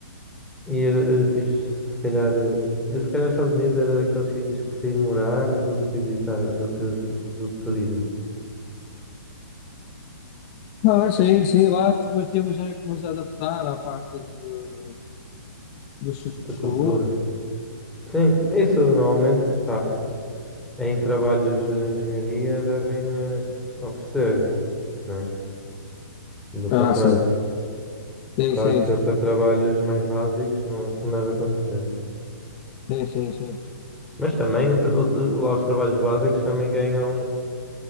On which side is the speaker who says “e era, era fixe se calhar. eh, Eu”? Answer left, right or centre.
Centre